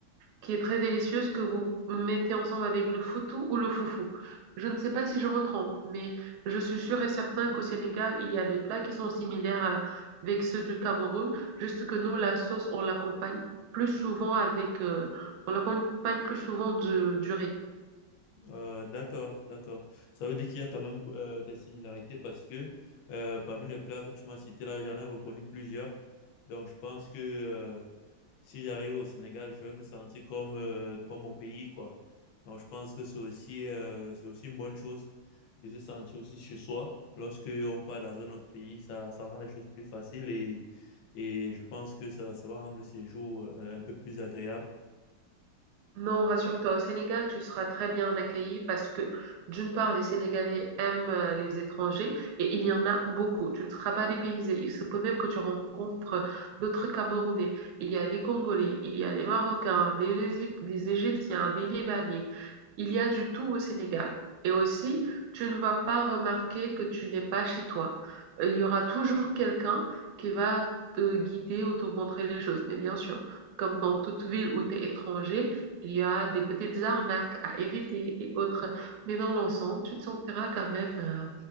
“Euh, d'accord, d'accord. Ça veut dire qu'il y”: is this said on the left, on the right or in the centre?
Left